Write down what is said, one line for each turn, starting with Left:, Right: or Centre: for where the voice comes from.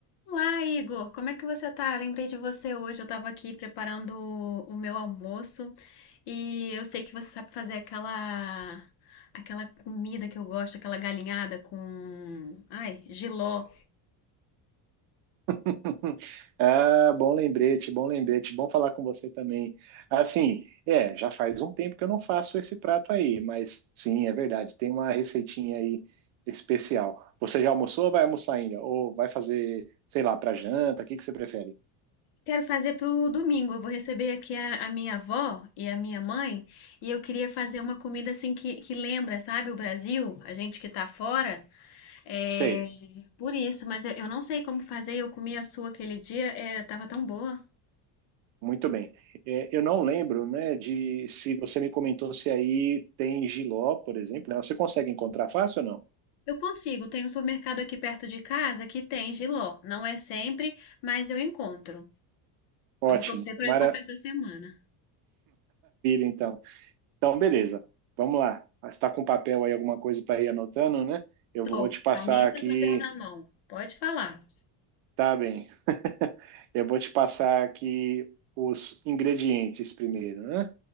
Left: Olá, Igor. Como é que você tá? Eu lembrei de você hoje. Eu tava aqui preparando o o meu almoço e eu sei que você sabe fazer aquela aquela comida que eu gosto, aquela galinhada com, ai, jiló.
Right: <laughs> Ah, bom lembrete, bom lembrete, bom falar com você também. Assim, é, já faz um tempo que eu não faço esse prato aí, mas sim, é verdade, tem uma receitinha aí especial. Você já almoçou ou vai almoçar ainda? Ou vai fazer, sei lá, para janta? O que que você prefere?
Left: Quero fazer pro domingo. Eu vou receber aqui a, a minha avó e a minha mãe e eu queria fazer uma comida assim que, que lembra, sabe, o Brasil, a gente que tá fora. É,
Right: Sei,
Left: por isso, mas eu, eu não sei como fazer. Eu comi a sua aquele dia, era, tava tão boa.
Right: muito bem. É, eu não lembro, né, de se você me comentou se aí tem jiló, por exemplo, né? Você consegue encontrar fácil ou não?
Left: Eu consigo, tem um supermercado aqui perto de casa que tem jiló. Não é sempre, mas eu encontro.
Right: Ótimo,
Left: Vamos torcer para
Right: maravilha,
Left: eu encontrar essa semana.
Right: então. Então, beleza. Vamos lá. Ah, Você está com papel aí, alguma coisa para ir anotando, né? Eu
Left: Tô,
Right: vou te passar
Left: caneta,
Right: aqui.
Left: e papel na mão. Pode falar.
Right: Tá bem. <laughs> Eu vou te passar aqui os ingredientes primeiro, né?